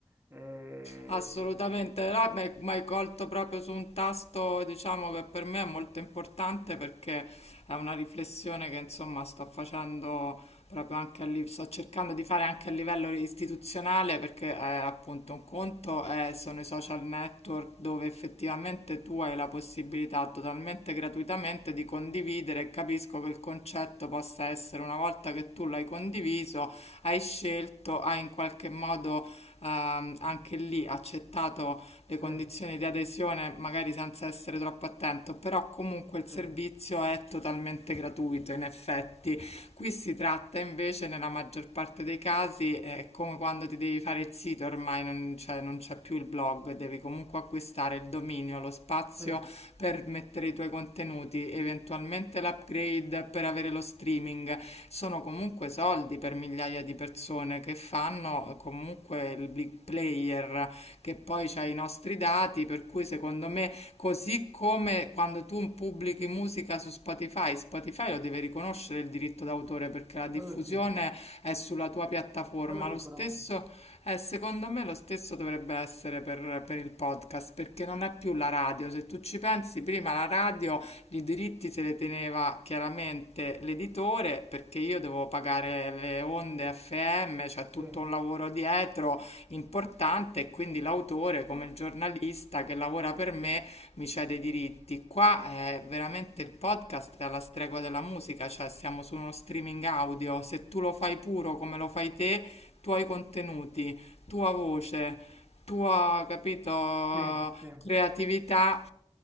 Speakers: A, on the right (about 25°); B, on the left (about 90°).
A: Eh,
B: Assolutamente, là mi mi hai colto proprio su un tasto, diciamo che per me è molto importante perché è una riflessione che insomma sto facendo proprio anche a livello, sto cercando di fare anche a livello istituzionale perché eh, appunto un conto è- sono i social network dove effettivamente tu hai la possibilità totalmente gratuitamente di condividere e capisco che il concetto possa essere una volta che tu l'hai condiviso, hai scelto, hai in qualche modo ehm, anche lì accettato le
A: sì,
B: condizioni di adesione, magari senza essere troppo attento, però comunque
A: sì,
B: il servizio è totalmente gratuito in effetti. Qui si tratta invece nella maggior parte dei casi, è come quando ti devi fare il sito, ormai non c'è non c'è più il blog, devi comunque acquistare il dominio, lo spazio
A: sì,
B: per mettere i tuoi contenuti, eventualmente l'upgrade per avere lo streaming sono comunque soldi per migliaia di persone che fanno eh, comunque il big player, che poi c'ha i nostri dati, per cui secondo me, così come quando tu pubblichi musica su Spotify, Spotify lo deve riconoscere il diritto d'autore perché la
A: quello
B: diffusione
A: sì,
B: è sulla tua piattaforma,
A: quello sicuramente.
B: lo stesso... Eh, secondo me lo stesso dovrebbe essere per, per il podcast, perché non è più la radio. Se tu ci pensi, prima la radio i diritti se le teneva chiaramente l'editore perché io devo pagare le onde FM, c'è
A: Sì,
B: tutto un lavoro dietro importante e quindi l'autore come il giornalista che lavora per me mi cede i diritti. Qua è veramente il podcast è alla stregua della musica, cioè siamo su uno streaming audio, se tu lo fai puro come lo fai te, tuoi contenuti, tua voce, tua, capito,
A: sì, sì.
B: creatività